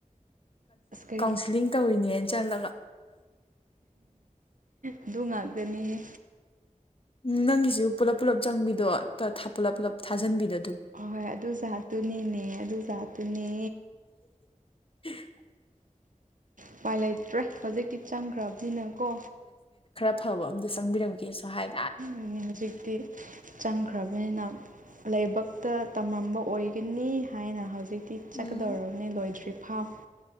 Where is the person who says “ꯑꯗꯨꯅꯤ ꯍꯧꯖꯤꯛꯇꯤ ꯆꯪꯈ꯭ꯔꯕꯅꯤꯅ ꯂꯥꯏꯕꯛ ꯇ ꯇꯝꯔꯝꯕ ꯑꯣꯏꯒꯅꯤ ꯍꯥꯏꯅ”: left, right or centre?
Right